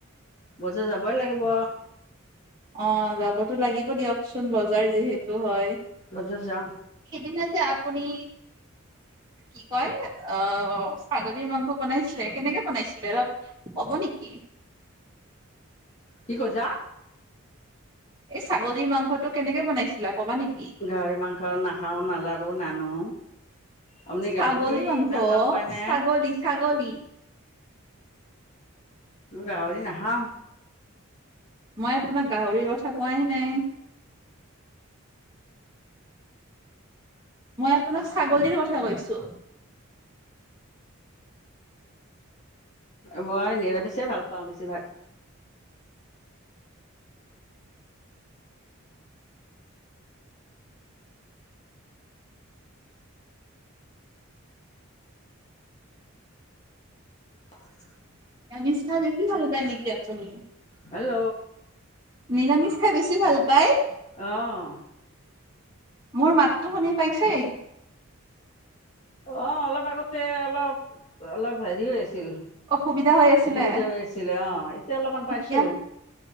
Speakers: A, on the left; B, on the right.
A: বজাৰ যাবই লাগিব।
B: অ যাবতো লাগিব দিয়কচোন বজাৰ যিহেতু হয়।
A: বজাৰ যাওঁ
B: সেইদিনা যে আপুনি কি কয়। অ ছাগলীৰ মাংস বনাইছিলে কেনেকে বনাইছিলে অলপ ক'ব নেকি?
A: কি কৈছা।
B: এই ছাগলীৰ মাংসটো কেনেকে বনাইছিলা কবা নেকি?
A: গাহৰি মাংস নাখাওঁ নালাৰো নানো। আপুনি
B: ছাগলী
A: গাহৰি
B: মাংস
A: ইমান ভাল
B: অ।
A: পায়নে
B: ছাগলী ছাগলী।
A: গাঁহৰি নাখাঁও।
B: মই আপোনাক গাহৰিৰ কথা কোৱাই নাই। মই আপোনাক ছাগলীৰ কথা কৈছো
A: মই নিৰামিষে ভাল পাওঁ বেছিভাগ পাঁচ
B: নিৰামিষ খাই বেছি ভাল পায় নেকি আপুনি
A: হেল্ল'
B: নিৰামিষ খাই বেছি ভাল পাই
A: অঁ
B: মোৰ মাতটো শুনি পাইছে
A: অ অলপ আগতে অলপ অলপ হেৰি হৈ আছে ছিল
B: অসুবিধা হৈ আছিলে
A: অসুবিধা হৈ আছিলে অ এতিয়া অলপমান পাইছো
B: এতিয়া